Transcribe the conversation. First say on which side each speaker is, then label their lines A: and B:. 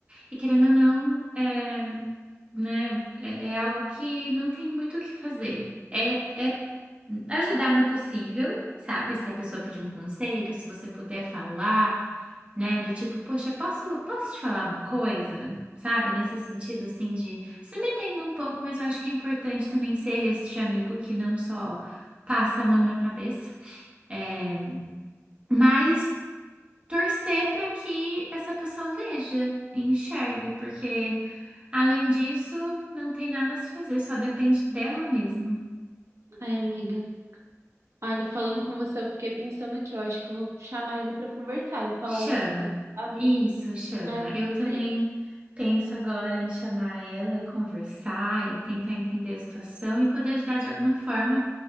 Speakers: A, on the right; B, on the right.
A: E querendo ou não, é, né, é, é algo que não tem muito o que fazer. É, é ajudar no possível, sabe? Se a pessoa pedir um conselho, se você puder falar, né, do tipo, poxa, posso, posso te falar uma coisa? Sabe? Nesse sentido, assim, de se metendo um pouco, mas eu acho que é importante também ser este amigo que não só passa a mão na cabeça. É, mas torcer para que essa pessoa veja e enxergue, porque além disso, não tem nada a se fazer, só depende dela mesma.
B: Ai, amiga. Olha, falando com você, eu fiquei pensando que eu acho que eu vou chamar ele pra conversar e falar
A: Chama.
B: essas coisas, sabe?
A: Isso, chama.
B: É, eu
A: Eu
B: gostaria.
A: também penso agora em chamar ela e conversar e tentar entender a situação e poder ajudar de alguma forma,